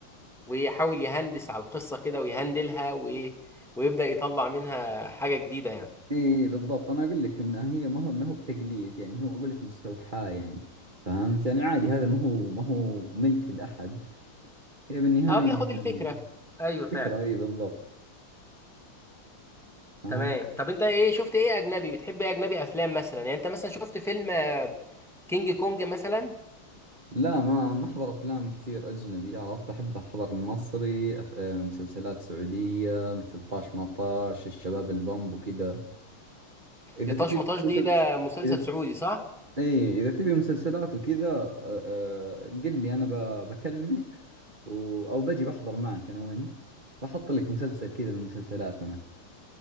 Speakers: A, in the centre; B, on the right (about 25°).
A: ويحاول يهندس على القصه كده ويهندلها وايه ويبدا يطلع منها حاجه جديده يعني
B: إيه بالضبط أنا أقول لك إن هي ما هو ما هو بتقليد يعني هو أقول لك مستوحاة يعني فهمت يعني عادي هذا ما هو ما هو ملك لأحد هي بالنهاية
A: اه بياخد
B: يعني
A: الفكره ايوه فعلا
B: فكرة إيه بالضبط فهمت
A: تمام طب انت ايه شفت ايه اجنبي بتحب ايه اجنبي افلام مثلا يعني انت مثلا شفت فيلم آه، كينج كونج مثلا
B: لا ما ما أحضر أفلام كثير أجنبي عرفت أحب أحضر المصري أف... آه، مسلسلات سعودية مثل طاش ما طاش الشباب البومب وكذا اذا
A: دي
B: تبي
A: طاش مطاش
B: مسلس-
A: دي ده مسلسل
B: اذا
A: سعودي صح
B: اي اذا تبي مسلسلات وكذا آه، آه، قل لي انا ب- بكلمك و... او بجي بحضر معك انا وانت بحط لك مسلسل كذا من مسلسلاتنا